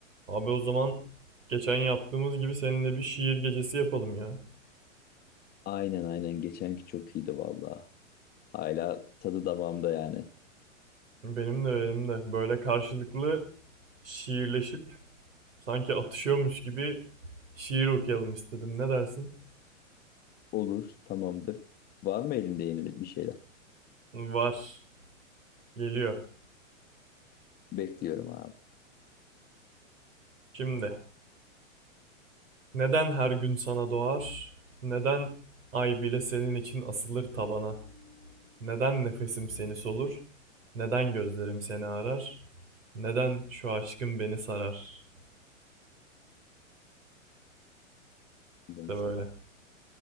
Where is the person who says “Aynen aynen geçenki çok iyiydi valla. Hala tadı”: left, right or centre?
Left